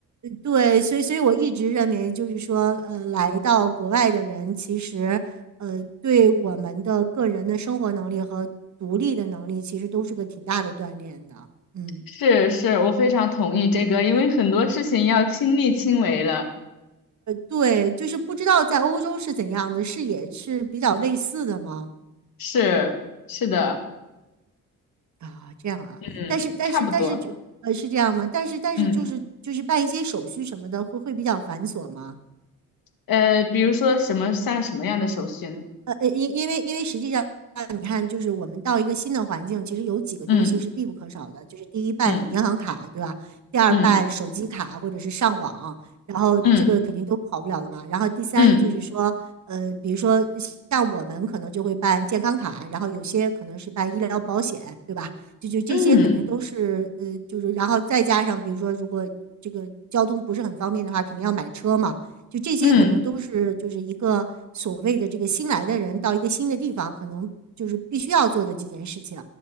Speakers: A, on the right; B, on the left.
A: 对，所以所以我一直认为就是说，呃，来到国外的人其实呃，对我们的个人的生活能力和独立的能力其实都是个挺大的锻炼的，嗯。
B: 是是，我非常同意这个，因为很多事情要亲力亲为了。
A: 对，就是不知道在欧洲是怎样的，是也是比较类似的吗？
B: 是是的，
A: 啊，这样啊，
B: 嗯，
A: 但是但是但是就呃是这样吗？
B: 差不多，
A: 但是但是就是就是办一些手续什么的，
B: 嗯，
A: 会会比较繁琐吗？
B: 呃，比如说什么下什么样的手续呢？
A: 呃呃，因因为因为实际上，你看，就是我们到一个新的环境，其实有几个东西是必不可少的，
B: 嗯
A: 就是第一办银行卡，
B: 嗯
A: 对吧？第二办手机卡或者是上网，
B: 嗯
A: 然后这个肯定都跑不了的嘛。
B: 嗯
A: 然后第三就是说，
B: 嗯
A: 呃，比如说像我们可能就会办健康卡，然后有些可能是办医疗保险，对吧？就就这些肯定都是呃，
B: 嗯嗯
A: 就是然后再加上比如说如果这个交通不是很方便的话，肯定要买车嘛。就这些可能都是就是一个所谓的这个新来的人到一个新的地方，
B: 嗯。
A: 可能就是必须要做的几件事情。